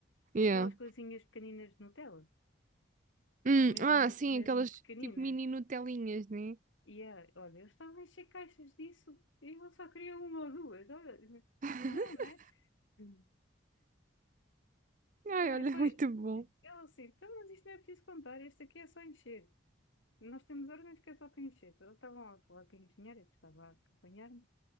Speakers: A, on the right; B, on the left.
A: Yeah.
B: Aquelas coisinhas pequeninas de Nutella,
A: Hum,
B: mesmo,
A: ah, sim,
B: mesmo
A: aquelas
B: pequeninas.
A: tipo mini Nutelinhas, né?
B: E eh, olha, eles estavam a encher caixas disso e eu só queria uma ou duas. Olha,
A: <laughs>
B: não, né? Hum.
A: Ai,
B: Então, é
A: olha,
B: só.
A: muito
B: Ele
A: bom.
B: assim, então, mas isto não é preciso contar, este aqui é só encher. Nós temos órgãos que é só para encher. Ele estava a falar com a engenheira, que estava a acompanhar-me,